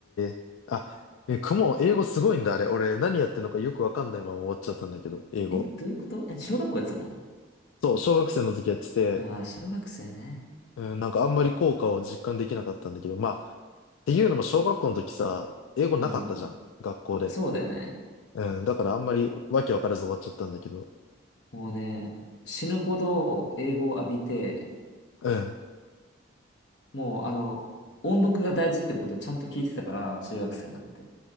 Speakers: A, on the left (about 85°); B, on the left (about 60°).
A: えあ、え、雲、英語すごいんだ、あれ。俺、何やってんのかよくわかんないまま終わっちゃったんだけど、英語。
B: え、どういうことえ、小学校やってたの
A: そう、小学生の時やってて、
B: ああー、小学生ね。
A: うん、なんかあんまり効果を実感できなかったんだけど、まあ、っていうのも小学校の時さ、英語なかったじゃん、
B: うん。
A: 学校で。
B: そうだよね。
A: うん、だからあんまりわけわからず終わっちゃったんだけど。
B: もうね、死ぬほど英語を浴びて、
A: うん。
B: もうあの、音読が大事ってことをちゃんと聞いてたから、中学生になって。